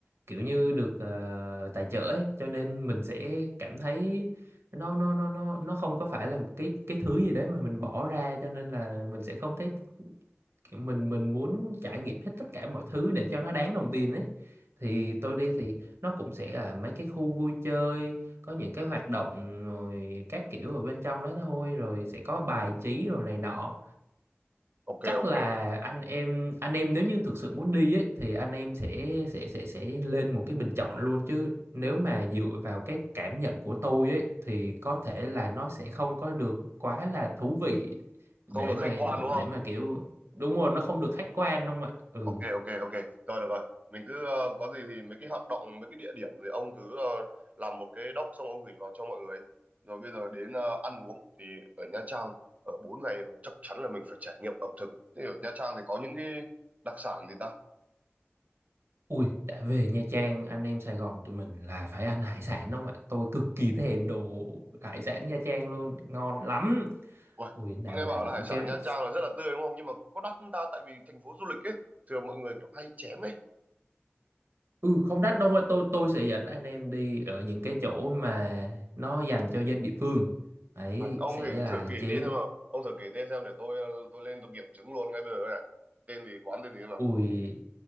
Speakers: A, on the right; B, on the right.
A: kiểu như được ờ, tài trợ ấy cho nên mình sẽ cảm thấy nó nó nó nó nó không có phải là một cái cái thứ gì đấy mà mình bỏ ra cho nên là mình sẽ không thấy kiểu mình mình muốn trải nghiệm hết tất cả mọi thứ để cho nó đáng đồng tiền ấy thì tôi đi thì nó cũng sẽ là mấy cái khu vui chơi có những cái hoạt động rồi các kiểu ở bên trong đó thôi rồi sẽ có bài
B: Ừ.
A: trí rồi này nọ
B: Ok
A: chắc
B: ok.
A: là anh em anh em nếu như thực sự muốn đi ấy thì anh em sẽ sẽ sẽ sẽ lên một cái bình chọn luôn chứ nếu mà dựa vào cái cảm nhận của tôi ấy thì có thể là nó sẽ không có được quá là thú vị
B: Không
A: để
B: được
A: mà
B: khách quan đúng không?
A: để mà kiểu đúng rồi nó không được khách quan đúng không ạ ừ
B: Ok ok ok rồi được rồi mình cứ ờ, có gì thì mấy cái hoạt động mấy cái địa điểm thì ông cứ ờ, làm một cái doc xong ông gửi vào cho mọi người rồi bây giờ đến ờ, ăn uống thì ở Nha Trang ở 4 ngày rồi, chắc chắn là mình phải trải nghiệm ẩm thực thế ở Nha Trang thì có những cái đặc sản gì ta
A: ui đã về Nha Trang anh em Sài Gòn tụi mình là phải ăn hải sản đúng không ạ tôi cực kỳ thèm đồ hải sản Nha Trang luôn ngon lắm
B: Uầy,
A: ui nào
B: tôi nghe
A: là
B: bảo
A: những
B: là hải sản
A: cái
B: Nha Trang là rất là tươi đúng không nhưng mà có đắt không ta tại vì thành phố du lịch ấy thường mọi người kiểu hay chém ấy
A: Ừ không đắt đâu ạ. tôi tôi sẽ dẫn anh em đi ở những cái chỗ mà nó dành cho dân địa phương ấy
B: Uầy, ông
A: sẽ
B: thì
A: là
B: thử kể
A: chế
B: tên xem nào ông thử kể tên xem để tôi ờ, tôi lên tôi kiểm chứng luôn ngay bây giờ này tên gì quán tên gì xem nào
A: ui